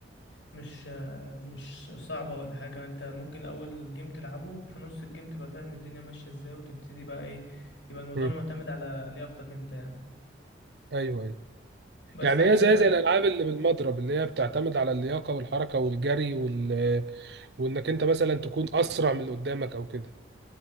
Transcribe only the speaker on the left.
مش مش صعبة ولا حاجة انت ممكن اول جيم تلعبه وفي نص الجيم تبقى فاهم الدنيا ماشية ازاي وتبتدي بقى ايه يبقى الموضوع
معتمد على لياقتك انت يعني
بس
عايزة